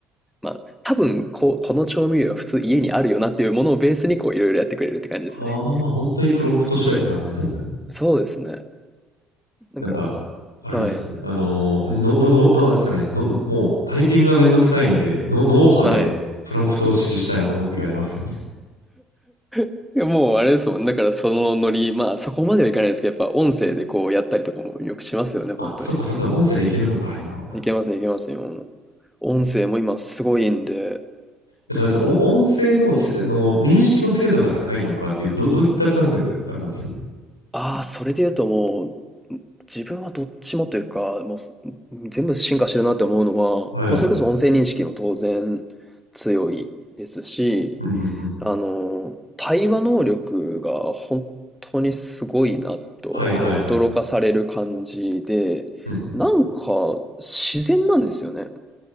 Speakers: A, in the centre; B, on the left.
A: まあ、多分こう、この調味料は普通家にあるよなっていうものをベースにこういろいろやってくれるって感じですね。
B: あーまあまあ、本当にプロンプト次第って感じですね。
A: そうですね。だから、
B: なんか、あれですね。
A: はい、
B: あのー、の、の、の、のなんですかね。の、もうタイピングがめんどくさいんで、の、脳波でプロンプトを指示したいなと思う時ありますよ。
A: はい。<laughs> でもうあれですもん、だからそのノリ、まあそこまではいかないですけど、やっぱ音声でこうやったりとかもよくしますよね、本当に。
B: あ、そっかそっか、音声でいけるのか、今は。
A: いけますいけます、今も。音声も今すごいんで。
B: えそうですか、お音声のせ、あの、認識の精度が高いのかっていう、ど、どういった観点であれなんです
A: ああ、それで言うともう、ん自分はどっちもというか、もうす、ん全部進化してるなって思うのは、もうそれこそ音声認識も当然
B: はいはい。
A: 強いですし、
B: うんうんうん。
A: あの、対話能力が本当にすごいなと、
B: はいはいはい。
A: もう驚かされる感じで、
B: うんうん
A: なんか自然なんですよね。